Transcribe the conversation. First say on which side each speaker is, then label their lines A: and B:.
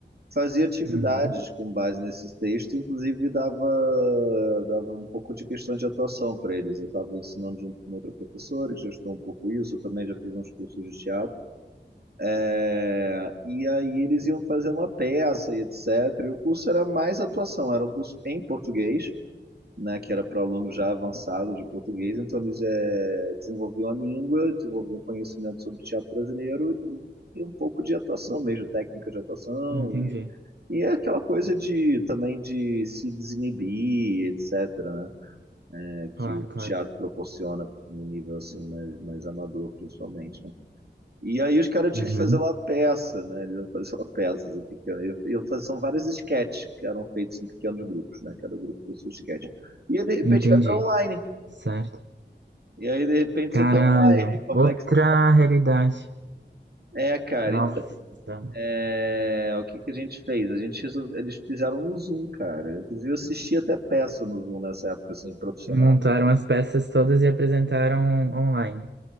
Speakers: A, on the right; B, on the right.
A: fazia atividades
B: Uhum.
A: com base nesses textos, inclusive dava, dava um pouco de questões de atuação para eles. Eu estava ensinando junto com outra professora, que já estudou um pouco isso, eu também já fiz uns cursos de teatro. É, e aí eles iam fazer uma peça e etc. E o curso era mais atuação, era um curso em português. Né, que era para aluno já avançado de português, então eles é, desenvolviam a língua, desenvolviam conhecimento sobre teatro brasileiro e e um pouco de atuação mesmo, técnica de atuação
B: Entendi.
A: e e é aquela coisa de também de se desinibir, etc., né? É que
B: Claro,
A: o
B: claro.
A: teatro proporciona num nível assim mais, mais amador, principalmente, né? E aí os caras
B: Uhum.
A: tinham que fazer uma peça, né? Eles iam fazer uma peça assim, pequena. E eu- e eu- fazia- são vários sketches que eram feitos em pequenos grupos, né? Cada grupo fez seu sketch. E aí, de repente
B: Entendi.
A: vai para online.
B: Certo.
A: E aí de repente
B: Caralho.
A: você tá online. Como
B: Outra
A: é que você...
B: realidade.
A: É, cara,
B: Nossa.
A: É, o que que a gente fez? A gente resol- eles fizeram no Zoom, cara. Inclusive, eu assisti até peça no Zoom nessa época, assim, profissional.
B: Montaram as peças todas e apresentaram online.